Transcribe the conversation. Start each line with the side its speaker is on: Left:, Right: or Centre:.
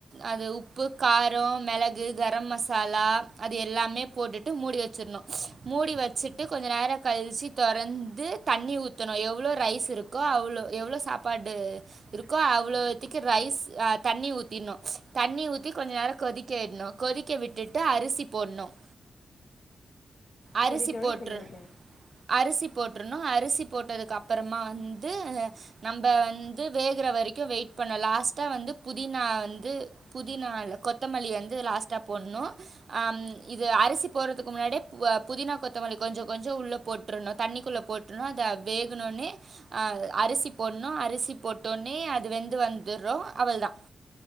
Right: அது உப்பு காரம் மெள கு கரம் மசாலா அது எல்லாமே போட்டுட்டு மூடி வச்சிடணு மூடி வச்சுட்டு கொஞ்ச நேரம் கழிச்சு தொறந்து தண்ணி ஊத்தணு எவ்வளோ ரைஸ் இருக்கோ அவ்வளோ எவ்வளோ சாப்பாடு இருக்கோ அவ்வளோத்துக்கு ரைஸ் ஆ தண்ணி ஊத்திடணு தண்ணி ஊத்தி கொஞ்ச நேரம் கொதிக்க விட்ணு கொதிக்க விட்டுட்டு அரிசி போட்ணும் அரிசி
Left: சரி தோழி
Right: போட்ரு
Left: சொல்லுங்க தோழி
Right: அரிசி போட்டுறணு அரிசி போட்டதுக்கு அப்புறமா வந்து நம்ம வந்து வேகுற வரைக்கு வெயிட் பண்ண லாஸ்ட்டா வந்து புதினா வந்து புதினால்ல கொத்தமல்லி வந்து லாஸ்ட் ட்டா போடணும் ஆ இது அரிசி போட்றதுக்கு முன்னாடியே அ புதினா கொத்தமல்லி கொஞ்ச கொஞ்ச உள்ள போட்டுறணு தண்ணிக்குள்ள போட்டுறணு அத வேகனோன்னே அ அரிசி போட்ணு அரிசி போட்டோன்னே அது வெந்து வந்துறு அவ்ள தா